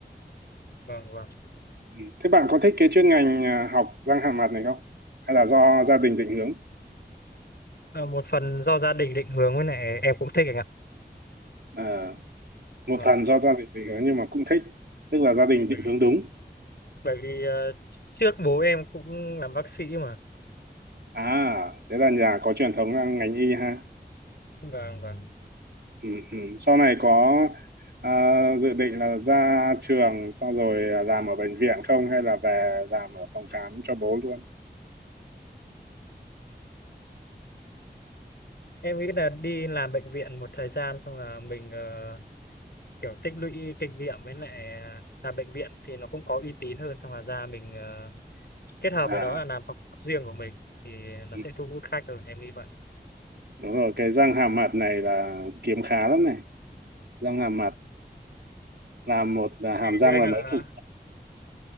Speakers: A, on the left; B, on the right.
A: vâng, vâng.
B: ừ. Thế bạn có thích cái chuyên ngành à, học răng hàm mặt này không hay là do gia đình định hướng
A: Ờ, một phần do gia đình định hướng với này em cũng thích anh ạ.
B: à, một
A: Vâng.
B: phần do gia đình định hướng nhưng mà cũng thích tức là gia đình định
A: Bởi vì,
B: hướng đúng
A: bởi vì ờ, trước bố em cũng làm bác sĩ mà.
B: à thế là nhà có truyền thống là ngành y ha
A: Vâng, vâng.
B: ừ, ừ. Sau này có à, dự định là ra trường xong rồi à, làm ở bệnh viện không hay là về làm ở phòng khám cho bố luôn
A: Em nghĩ là đi làm bệnh viện một thời gian xong là mình ờ, kiểu tích lũy kinh nghiệm với lại à, làm bệnh viện thì nó cũng có uy tín hơn xong là ra mình à, kết hợp
B: à
A: với đó là làm phòng khám riêng của mình thì nó
B: ừ.
A: sẽ thu hút khách hơn em nghĩ vậy
B: Đúng rồi, cái răng hàm mặt này là kiếm khá lắm này. Răng hàm mặt làm một là hàm răng
A: Thế anh
B: là
A: ạ.
B: mấy chục.